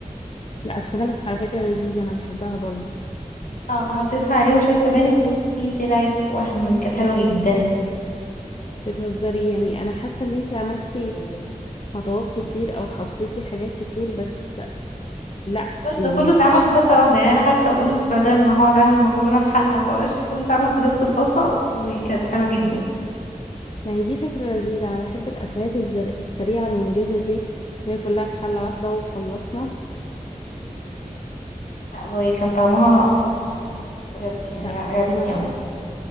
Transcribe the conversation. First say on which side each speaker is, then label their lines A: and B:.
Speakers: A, on the left; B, on the left.
A: لا السبانخ على فكرة لذيذة انا بحبها برضو
B: اه فحطيتها عليهم شوية سبانخ بصي طلعت وهم كانت حلوة جدا
A: بتهزري يعني انا حاسه ان انتي عملتي خطوات كتير او حطيتي حاجات كتير بس لا
B: الخالص
A: يعني
B: ده كله اتعمل في طاسة واحدة يعني أنا حتى قلت بدل ما هو عامل مكرونة في حلة وقراش كله اتعمل في نفس الطاسة وكانت حلوة جدا
A: ما هي دي فكره لذيذه انا بحب الاكلات الزر- السريعه المنجزه دي اللي هي كلها في حله واحده وخلصنا
B: لا وكان طعمها تحفة بجد يعني
A: لا
B: عجبتني
A: بالهنا والشفا
B: أوي